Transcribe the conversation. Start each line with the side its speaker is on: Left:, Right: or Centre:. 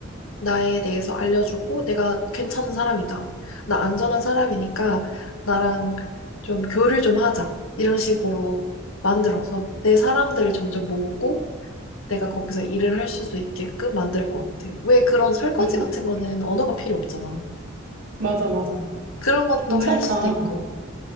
Left: 나에 대해서 알려주고 내가 괜찮은 사람이다. 나 안전한 사람이니까 나랑 좀 교류를 좀 하자. 이런 식으로 만들어서 내 사람들을 점점 모으고 내가 거기서 일을 할 수도 있게끔 만들 것 같아. 왜 그런 설거지
Right: 음,
Left: 같은 거는 언어가 필요 없잖아.
Right: 맞아, 맞아.
Left: 그런 것도
Right: 괜찮다.
Left: 할 수도 있고.